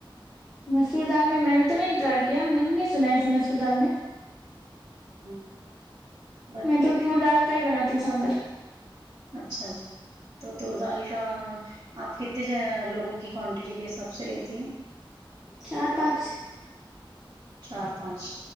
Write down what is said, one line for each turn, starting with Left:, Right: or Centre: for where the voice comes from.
Centre: مسور دال میں میں نے تو نہیں ٹرائی کیا میں نے نہیں سنا ہے اسے مسور دال میں
Right: ہوں بنتی
Centre: میں تو تور دال کا ہی بناتی ہوں سامبر
Right: اچھا جی تور دال کا آپ کتنے لوگوں کی کوانٹیٹی کے حساب سے لیتی ہے
Centre: چار پانچ
Right: چار پانچ